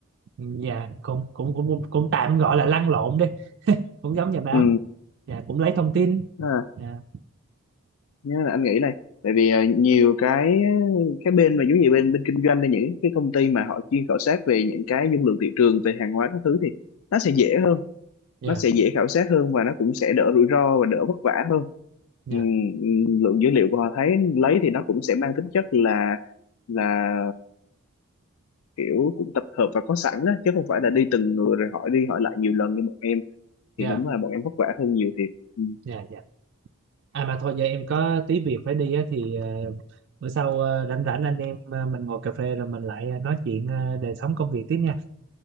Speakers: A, on the right; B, on the left.
A: Ừ, dạ cũng cũng cũng cũng tạm gọi là lăn lộn đi cũng giống nhà báo
B: ừ
A: dạ cũng lấy thông tin
B: à,
A: dạ
B: nhưng mà anh nghĩ này tại vì ờ, nhiều cái cái bên mà giống như bên bên kinh doanh hay những cái công ty mà họ chuyên khảo sát về những cái dung lượng thị trường về hàng hóa các thứ thì nó sẽ dễ hơn
A: dạ
B: nó sẽ dễ khảo sát hơn và nó cũng sẽ đỡ rủi ro và đỡ vất vả hơn
A: dạ
B: Ừm, ừm, lượng dữ liệu của họ thấy lấy thì nó cũng sẽ mang tính chất là là kiểu cũng tập hợp và có sẵn đó chứ không phải là đi từng người rồi hỏi đi hỏi lại nhiều lần như bọn em
A: dạ
B: thì đúng là bọn em vất vả hơn nhiều thiệt ừ
A: dạ dạ. à mà thôi giờ em có tí việc phải đi á thì ờ, bữa sau ờ, rảnh rảnh anh em ờ, mình ngồi cà phê rồi mình lại ờ, nói chuyện ờ, đời sống công việc tiếp nha